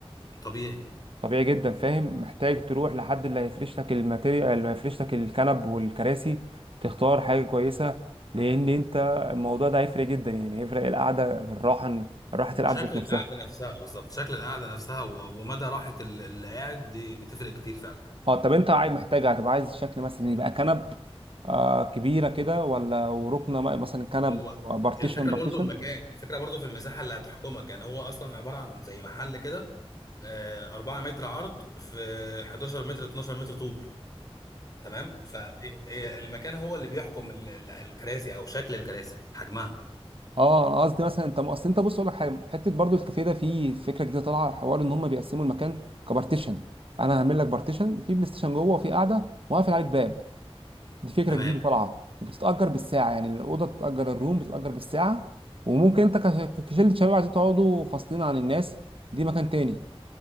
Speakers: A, on the left; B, on the right.
A: طبيعي
B: طبيعي جدا فاهم محتاج تروح لحد اللي هيفرش لك الماتيريال اللي هيفرش لك الكنب والكراسي تختار حاجة كويسة لان انت الموضوع ده هيفرق جدا يعني هيفرق القعدة الراحة راحة القعدة
A: شكل
B: ذات نفسها
A: القعده نفسها بالظبط شكل القعده نفسها و- ومدى راحه ال- اللي قاعد دي بتفرق كتير فعلا
B: اه طب انت عايز محتاج هتبقى عايز الشكل مثلا يبقى كنب آه كبيرة كده ولا وركنة مثلا كنب
A: هو
B: بارتيشن
A: الفكره
B: بارتيشن
A: برضو المكان الفكره برضو في المساحه اللي هتحكمك يعني هو اصلا عباره عن زي محل كده آه، 4 متر عرض في 11 متر 12 متر طول تمام فالمكان هو اللي بيحكم ال- ال- الكراسي او شكل الكراسي حجمها
B: اه انا قصدي مثلا انت اصل انت بص اقول لك حاجه حته برضو الكافيه ده فيه فكره جديده طالعه حوار ان هم بيقسموا المكان كبارتيشن انا هعمل لك بارتيشن في بلاي ستيشن جوه وفي قاعده وقافل عليك باب دي فكره
A: تمام
B: جديده طالعه وبتتاجر بالساعه يعني الاوضه بتتاجر الروم بتتاجر بالساعه وممكن انت كش- كشله شباب عايزين تقعدوا فاصلين عن الناس دي مكان تاني